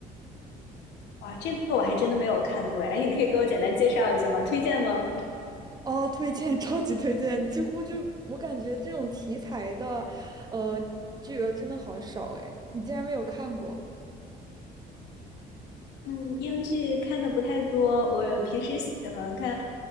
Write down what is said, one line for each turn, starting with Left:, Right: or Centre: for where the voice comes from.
Left: 哇，这个我还真的没有看过哎，<laughs> 你可以给我简单介绍一下吗？推荐吗？
Right: 哦，推荐，<laughs> 超级推荐，几乎就我感觉这种题材的，呃，剧啊真的好少哎，你竟然没有看过。
Left: 嗯，英剧看的不太多，我平时喜欢看